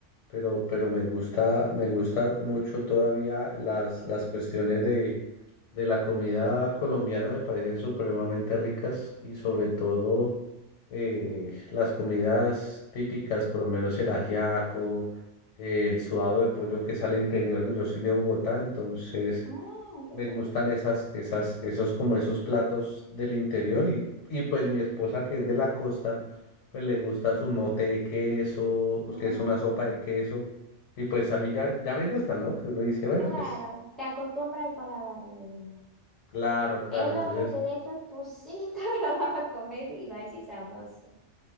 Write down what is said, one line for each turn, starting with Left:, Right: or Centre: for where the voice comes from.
Left: pero, pero me gusta, me gusta mucho todavía las, las cuestiones de, de la comida colombiana, me parecen supremamente ricas y sobre todo eh, las comidas típicas, por lo menos el ajiaco, eh, el sudado de pollo que es al interior, yo soy de Bogotá, entonces...
Centre: Ah, qué
Left: Me
Centre: chévere.
Left: gustan esas, esas, esos como esos platos del interior y, y pues mi esposa que es de la costa, pues le gusta su mote de queso, pues,
Centre: Mm,
Left: que es una sopa de queso y pues a mí ya, ya me gustan, ¿no? Que uno dice, bueno,
Centre: claro,
Left: pues
Centre: te acostumbra al paladar de ella.
Left: claro, claro,
Centre: Es
Left: entonces
Centre: lo que te dé tu esposito, <laughs> lo vas a comer y va a decir sabroso.